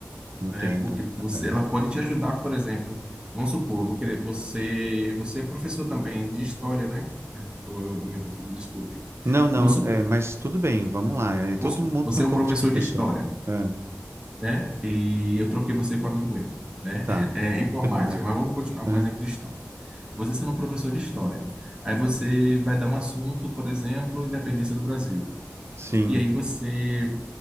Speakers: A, on the right; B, on the right.
A: Entendo.
B: né? Porque você,
A: É.
B: ela pode te ajudar, por exemplo, vamos supor, eu vou querer, você, você é professor também de história, né? Ou Eu, me confundi, desculpe.
A: Não, não,
B: Vamos supor,
A: é, mas tudo bem, vamos lá. É, todo
B: vamos supor,
A: mundo
B: você
A: tem um
B: é
A: pouco
B: um professor
A: de professor.
B: de história,
A: Ah,
B: né? E eu troquei você com um amigo meu, né?
A: tá,
B: <laughs>
A: não
B: É, informática,
A: tem problema.
B: mas vamos continuar
A: Ah,
B: com o exemplo de história. Você sendo um professor de história, Aí você vai dar um assunto, por exemplo, independência do Brasil.
A: sim,
B: E aí você